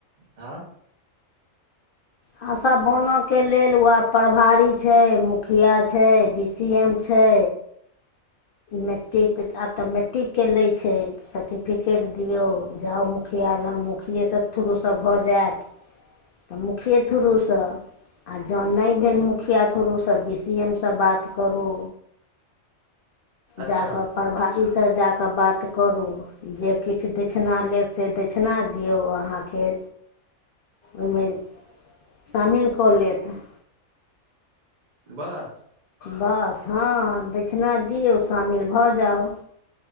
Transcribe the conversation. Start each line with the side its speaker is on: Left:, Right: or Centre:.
Right: हँ
Left: खशा बनऽ केँ लेल वैह प्रभारी छै मुखिया छै बी सी एम छै। मेट्रिक आब तऽ मेट्रिक केँ लै छै। सर्टिफिकेट दियौ जाउ मुखिया लग मुखिये सँ थुरूसँ भऽ जैत तऽ मुखिये थुरूसँ। आ जाउ नय भेल मुखिया थुरूसँ बी सी एम सँ बात करू
Right: अच्छा
Left: जा कऽ प्रभासी से जा कऽ बात करू जे किछ दक्षिणा लेब से दक्षिणा दियौ अहाँकेँ ओहिमे शामिल कऽ लेत
Right: बस
Left: बस हँ दक्षिणा दियौ शामिल भऽ जाउ